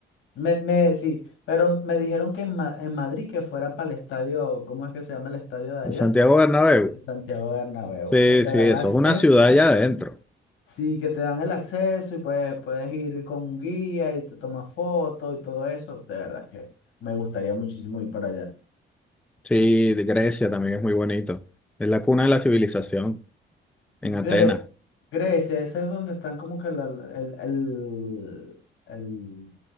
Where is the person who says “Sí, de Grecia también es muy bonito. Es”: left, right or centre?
Centre